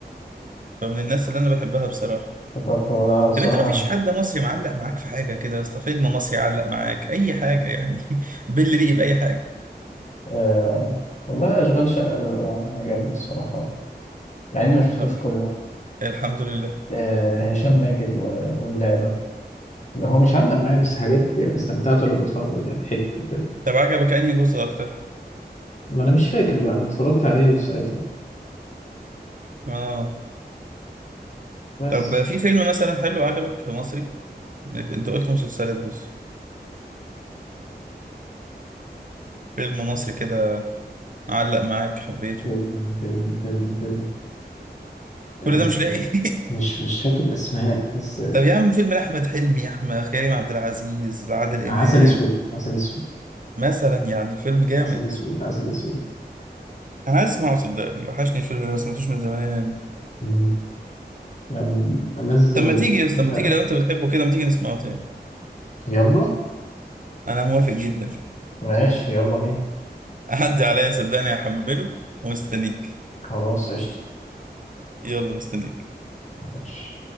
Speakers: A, on the right; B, on the left.
A: فمن الناس اللي انا بحبها بصراحه
B: افتكرت هو ده الصراحة
A: طب انت ما فيش حد مصري معلق معاك في حاجه كده يا اسطى فيلم مصري علق معاك اي حاجه يعني <laughs> باللي ريق باي حاجه
B: آه والله اشغال شقة ده عجبني الصراحة مع اني مشفتوش
A: طب
B: كله
A: الحمد لله
B: آه هشام ماجد و- واللعبة هو مش علق معايا بس حاجات يعني استمتعت وانا بتفرج عليها ضحكت وكده
A: طب عجبك انهي جزء اكتر
B: ما انا مش فاكر بقى انا اتفرجت عليه ساعتها
A: اه
B: بس
A: طب في فيلم مثلا حلو عجبك مصري انت قلت مسلسلات بس فيلم مصري كده علق معاك حبيته
B: فيلم فيلم فيلم فيلم
A: كل
B: آه
A: ده مش لاقي
B: مش مش فاكر اسماء بس
A: <laughs> طب يا عم فيلم لأحمد حلمي أحمد كريم عبد العزيز لعادل
B: عسل
A: إمام
B: اسود عسل اسود
A: مثلا يعني فيلم جامد
B: عسل اسود عسل اسود
A: أنا عايز أسمعه صدقني وحشني الفيلم ده ما سمعتوش من زمان
B: مم. يعني ألذ
A: طب
B: وأحلى
A: ما تيجي يا اسطى ما تيجي
B: الأفلام.
A: لو أنت بتحبه كده ما تيجي نسمعه تاني
B: يلا
A: أنا موافق جدا
B: ماشي يلا بينا
A: أعدي عليا صدقني هحمله ومستنيك
B: خلاص قشطة
A: يلا مستنيك
B: ماشي